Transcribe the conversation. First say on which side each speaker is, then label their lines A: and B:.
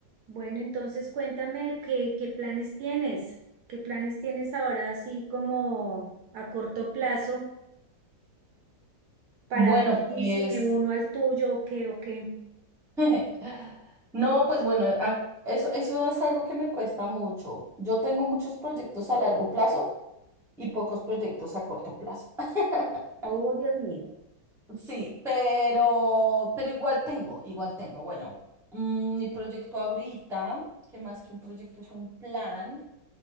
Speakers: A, on the right (about 70°); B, in the centre.
A: Bueno, entonces cuéntame qué, qué planes tienes, qué planes tienes ahora así como a corto plazo para
B: Bueno,
A: ver si,
B: pues
A: si me uno al tuyo o qué o qué.
B: <laughs> no, pues bueno, a- eso, eso es algo que me cuesta mucho. Yo tengo muchos proyectos a largo plazo y pocos proyectos a corto plazo. <laughs>
A: Oh, Dios mío.
B: Sí, pero, pero igual tengo, igual tengo. Bueno, mm, mi proyecto ahorita, que más que un proyecto es un plan,